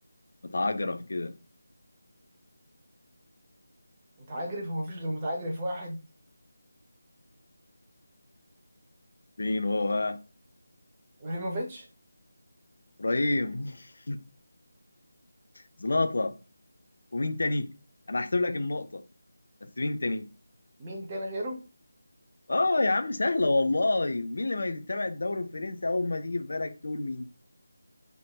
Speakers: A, on the left; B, on the right.
A: متعجرف كده
B: متعجرف ومفيش غير متعجرف واحد
A: مين هو بقى
B: ابراهيموفيتش
A: ابراهيم <laughs> زلاطه ومين تاني انا هحسب لك النقطه بس مين تاني
B: مين تاني غيره
A: اه يا عم سهله والله مين اللي ما يتابع الدوري الفرنسي اول ما تيجي في بالك تقول مين